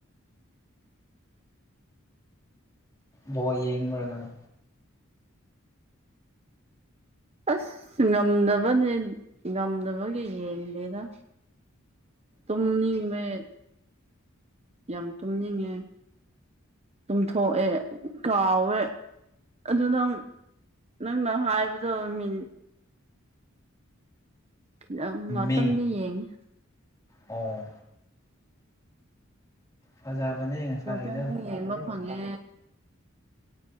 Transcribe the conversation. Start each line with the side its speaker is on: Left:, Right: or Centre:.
Left: ꯕꯣ ꯌꯦꯡꯉꯕ ꯉꯣ
Right: ꯑꯁ ꯉꯝꯗꯕꯅꯦ ꯉꯝꯗꯕꯒꯤ ꯌꯦꯡꯗꯦꯗ ꯇꯨꯝꯅꯤꯡꯃꯦ ꯌꯥꯝ ꯇꯨꯝꯅꯤꯡꯉꯦ ꯆꯨꯝꯊꯣꯛꯑꯦ ꯀꯥꯎꯋꯦ ꯑꯗꯨ ꯅꯪ ꯅꯪꯅ ꯍꯥꯏꯕꯗꯣ ꯃꯤ ꯈꯤꯇꯪ ꯃꯇꯝꯗꯤ
Left: ꯃꯤꯡ
Right: ꯌꯦꯡꯉꯤ
Left: ꯑꯣ ꯐꯖꯕꯅꯦ ꯉꯁꯥꯏꯒꯤꯗꯣ
Right: ꯅꯠꯇ ꯌꯦꯡꯕ ꯐꯉꯦ